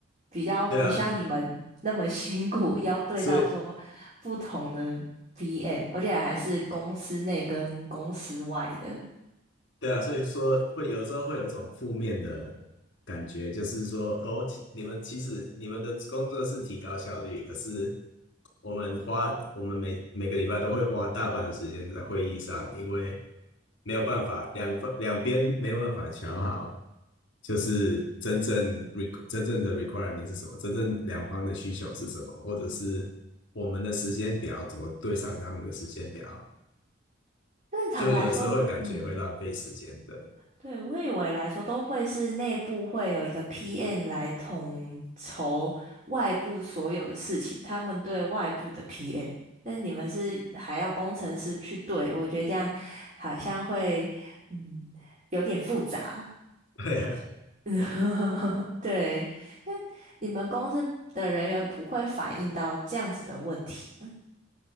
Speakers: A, on the right; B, on the left.
A: 比较不像你们那么
B: 对啊，
A: <laughs> 辛苦，要对到说不同的
B: 所以
A: PM，而且还是公司内跟公司外的。
B: 对啊，所以说会有时候会有一种负面的感觉，就是说哦，其你们其实你们的工作是提高效率，可是我们花我们每每个礼拜都会花大半的时间在会议上，因为没有办法，两方两边没有办法瞧好，就是真正 req 真正的 requirement 是什么，真正两方的需求是什么，或者是我们的时间表怎么对上他们的时间表，
A: 正常来说我嗯，
B: 就有的时候会感觉会浪费时间的。
A: 对，我以为来说都会是内部会有一个 PM 来统筹外部所有的事情，他们对外部的 PM，但你们是还要工程师去对，我觉得这样好像会嗯有点复杂。
B: <laughs> 对
A: <laughs> 对，那你们公司的人员不会反映到这样子的问题吗